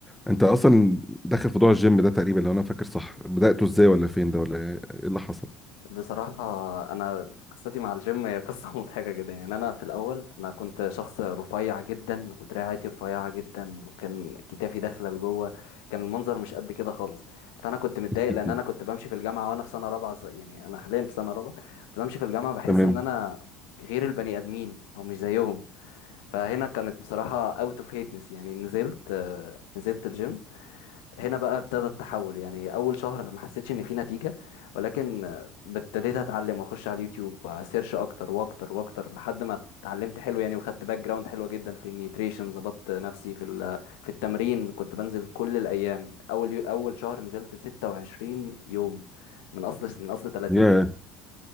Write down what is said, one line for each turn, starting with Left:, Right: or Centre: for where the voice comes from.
Centre: انت اصلا داخل في موضوع الجيم ده تقريبا لو انا فاكر صح بدأته ازاي ولا فين ده ولا ايه إيه اللي حصل
Left: بصراحة أنا قصتي مع الجيم هي قصة <laughs> مضحكة جدا يعني أنا في الأول أنا كنت شخص رفيع جدا ودراعاتي رفيعة جدا وكان كتافي داخلة لجوه كان المنظر مش قد كده خالص فأنا كنت متضايق
Centre: <laughs>
Left: لأن أنا كنت بمشي في الجامعة وأنا في سنة رابعة س- يعني أنا حاليا في سنة رابعة كنت بمشي في الجامعة بحس
Centre: تمام
Left: إن أنا غير البني آدمين أو مش زيهم فهنا كانت بصراحة أوت أوف هيتنس يعني نزلت آه، نزلت الجيم هنا بقى ابتدى التحول يعني اول شهر ما حسيتش ان في نتيجة ولكن آه، ابتديت اتعلم واخش على اليوتيوب واسيرش اكتر واكتر واكتر لحد ما اتعلمت حلو يعني وخدت باك جراوند حلوة جدا في النيوتريشن ظبطت نفسي في ال- في التمرين كنت بنزل كل الايام اول يو- اول شهر نزلت 26 يوم من اصل من اصل 30
Centre: ياه